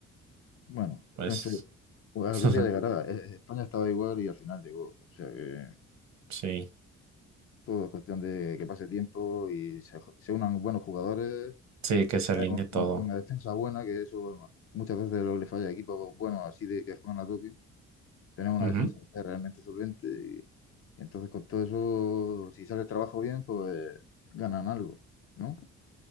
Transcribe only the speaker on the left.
Bueno,
en fin, pues algún
día llegará. Eh, España estaba igual y al final llegó. O sea que
todo es cuestión de que pase tiempo y se, se unan buenos jugadores
y
tener
una, una defensa buena, que eso bueno, muchas veces lo que le falla a equipos buenos así de que juegan a toque. tenemos una
defensa que sea realmente solvente y, y entonces con todo eso, si sale el trabajo bien, pues ganan algo, ¿no?